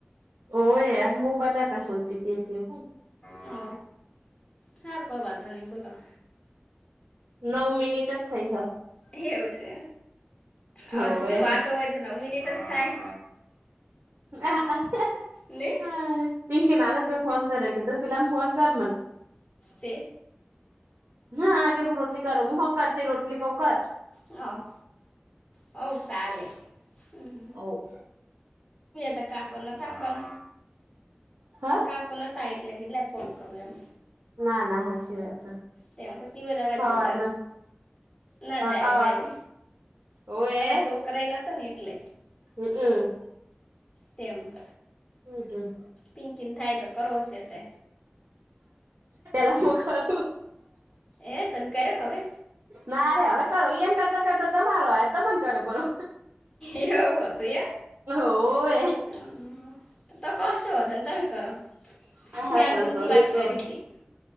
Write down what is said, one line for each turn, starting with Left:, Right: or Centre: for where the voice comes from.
Right: ઓ એયાર હું બટાકા સોલતી હતી એટલે
Left: હ હયાર કોઈ વાતા ન ભોલા.
Right: નવ મિનિટ જ <unintelligible>
Left: એવું છે આધ
Right: ઓવે
Left: શું વાતો હોય તો નવ મિનિટ જ થાય
Right: હ
Left: ન
Right: હ પિન કે નાાલજ મેં ફોન કર્યા કેી ત પિલામાં ફોન કર મન
Left: તે
Right: હા કે હું રોટલી કરું હું હોક કરતી રોટલી ક કર
Left: હ હ સાલે હ
Right: ઓ
Left: દ કાકોનેતાકલ
Right: હ
Left: કાકોને એટલે કેીધ ફોન કરું એમ
Right: ના ના સાચી વાત.
Left: ત્યાં પછી બધા બાજ
Right: હવારમાં
Left: બ ના
Right: અ
Left: જાય
Right: અ
Left: બાઈરે
Right: ઓએ
Left: અા છોકરાઈ નતો ને એટલે.
Right: હમ હમ.
Left: તેમ
Right: હમ હમ
Left: પિંકીિંગ થાય તો કરોસ તે.
Right: પેલા મો ખું.
Left: એ તમે કર્યો કે હવે
Right: ના રરે હવે કરો એમ કરતા કરતા તમારો હય તને કરો બરરો.
Left: એવું હતું એમ
Right: ઓ એ.
Left: હમ. તો કશો હો હતાને તમે કરો.
Right: હા
Left: મેં
Right: હાકાર
Left: આલબુનથી
Right: કર
Left: વાત
Right: એ તો
Left: કરી હતી